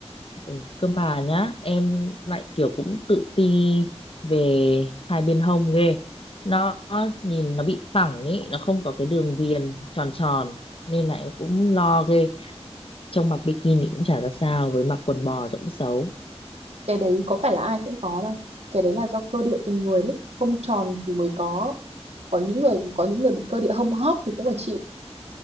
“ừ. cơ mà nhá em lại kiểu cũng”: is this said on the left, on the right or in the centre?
Left